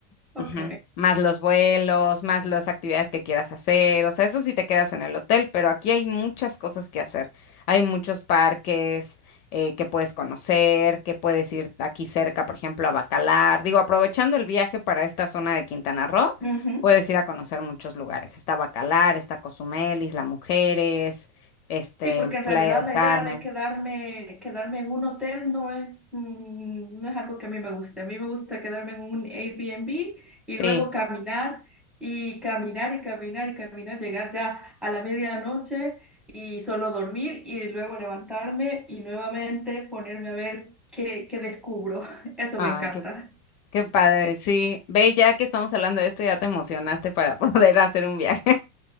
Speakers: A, in the centre; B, on the left.
A: ok.
B: Ujú. Más los vuelos, más las actividades que quieras hacer, o sea, eso sí te quedas en el hotel, pero aquí hay muchas cosas que hacer. Hay muchos parques eh, que puedes conocer, que puedes ir aquí cerca, por ejemplo, a Bacalar. Digo, aprovechando el viaje para esta zona de Quintana Roo,
A: ujú.
B: puedes ir a conocer muchos lugares. Está Bacalar, está Cozumel, Isla Mujeres, este,
A: Sí, porque en
B: Playa
A: realidad
B: del
A: la
B: Carmen.
A: idea de quedarme, quedarme en un hotel no es, mm, no es algo que a mí me guste. A mí me gusta quedarme en un Airbnb y
B: Sí,
A: luego caminar y caminar y caminar y caminar, llegar ya a la medianoche y solo dormir y luego levantarme y nuevamente ponerme a ver qué, qué descubro. <laughs> Eso
B: ay,
A: me encanta.
B: qué, qué padre, sí. Ve, ya que estamos hablando de esto, ya te emocionaste para <laughs> poder hacer un viaje.